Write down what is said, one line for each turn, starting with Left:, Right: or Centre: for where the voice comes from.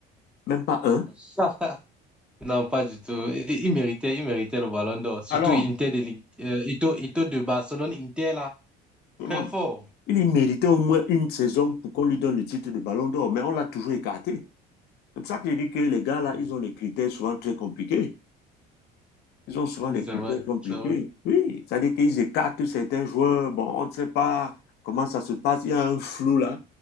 Left: Même pas un?
Centre: <laughs> Non, pas du tout. Il, il méritait, il méritait le ballon d'or. Surtout
Left: Alors,
Centre: Inter de, Lig- euh, Ito, Ito de Barcelone, Inter là, très
Left: comment?
Centre: fort.
Left: Il y méritait au moins une saison pour qu'on lui donne le titre de ballon d'or, mais on l'a toujours écarté. C'est pour ça que je dis que les gars, là,
Centre: Mhm.
Left: ils ont des critères souvent très compliqués. Ils ont souvent
Centre: Oui,
Left: des
Centre: c'est
Left: critères
Centre: vrai,
Left: compliqués.
Centre: c'est vrai.
Left: Oui, ça veut dire qu'ils écartent certains joueurs. Bon, on ne sait pas comment ça se passe. Il y a un flou là.